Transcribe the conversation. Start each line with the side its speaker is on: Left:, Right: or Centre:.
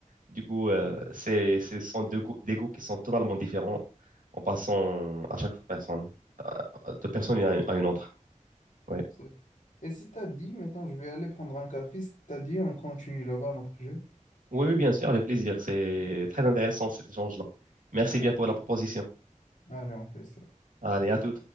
Right: Du coup, euh,
Left: Ouais,
Right: c'est, ce sont deux goûts- des goûts qui sont totalement différents en passant à chaque personne, de personne à une à une autre. Ouais.
Left: c'est- Et si t'as dit, maintenant je vais aller prendre un café, si t'as dit, on continue là-bas notre jeu.
Right: Oui, oui, bien sûr, avec plaisir. C'est très intéressant cet échange-là. Merci
Left: Ouais.
Right: bien pour la proposition.
Left: Allez, on fait ça.
Right: Allez, à tout.